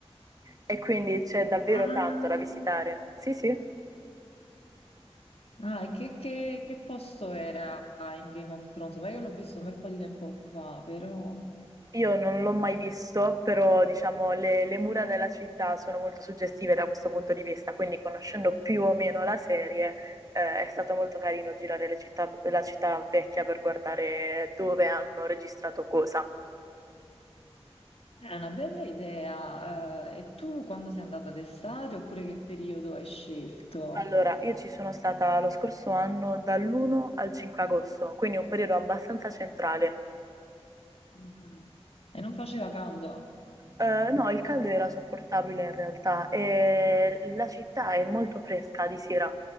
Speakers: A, on the right (about 35°); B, on the left (about 65°).
A: e quindi c'è davvero
B: Ah,
A: tanto da visitare. Sì, sì.
B: ah, e che, che- che posto era in Game of Thrones? Ma io l'ho visto un bel po' di tempo fa, però...
A: Io non l'ho mai visto, però diciamo le, le mura
B: Ah.
A: della città sono molto suggestive da questo punto di vista, quindi conoscendo più o meno la serie, eh, è stato molto carino girare le città- la città vecchia per guardare dove hanno registrato cosa.
B: È una bella idea. eh, e tu quando sei andata d'estate oppure che periodo hai scelto?
A: Allora, io ci sono stata lo scorso anno dall'1 al 5 agosto, quindi un periodo abbastanza centrale.
B: Mm. E non faceva caldo?
A: Eh, no, il caldo era sopportabile in realtà e la città è molto fresca di sera,